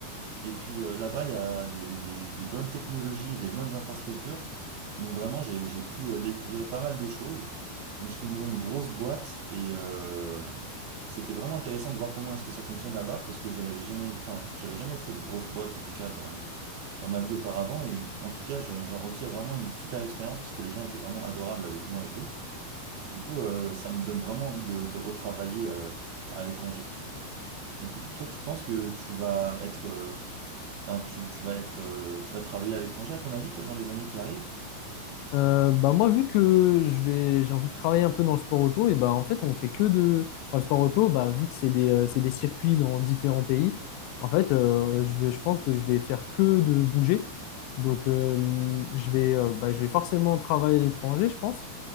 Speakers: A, on the right; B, on the left.
A: Et puis euh, là-bas, il y a des, des- des bonnes technologies et des bonnes infrastructures. Donc vraiment, j'ai, j'ai pu euh, découvrir pas mal de choses. Donc j'étais dans une grosse boîte et euh, c'était vraiment intéressant de voir comment est-ce que ça fonctionne là-bas parce que je n'avais jamais, enfin, j'avais jamais fait de grosse boîte en tout cas dans, dans ma vie auparavant. Et en tout cas, je- j'en retire vraiment une super expérience parce que les gens étaient vraiment adorables avec moi et tout. Du coup, euh, ça me donne vraiment envie de, de retravailler euh, à l'étranger. Et to- toi, tu penses que tu vas être... euh, Enfin, tu, tu vas être, euh, tu vas travailler à l'étranger, à ton avis, toi, dans les années qui arrivent?
B: Euh, bah moi, vu que je vais, j'ai envie de travailler un peu dans le sport auto, et bah en fait, on fait que de. Enfin, le sport auto, bah, vu que c'est des, euh, c'est des circuits dans différents pays, en fait, euh, je vais, je pense que je vais faire que de bouger. Donc, euh, je vais, euh, bah, je vais forcément travailler à l'étranger, je pense.